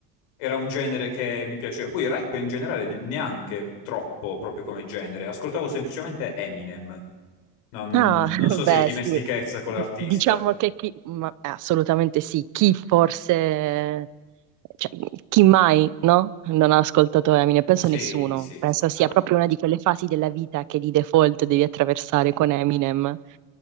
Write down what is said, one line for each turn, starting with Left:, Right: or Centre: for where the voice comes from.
Left: Era un genere che mi piaceva. Poi il rap in generale ne- neanche troppo proprio come genere. Ascoltavo semplicemente Eminem. Non,
Right: Ah, <laughs>
Left: non so
Right: beh,
Left: se è dimestichezza
Right: sì.
Left: con
Right: Diciamo
Left: l'artista.
Right: che chi, ma eh, assolutamente sì, chi forse, cioè, chi mai, no? Non ha ascoltato Eminem, penso
Left: Sì,
Right: nessuno.
Left: sì,
Right: Penso
Left: sì.
Right: sia
Left: Vabbè,
Right: proprio una di quelle fasi della vita che di default devi attraversare con Eminem.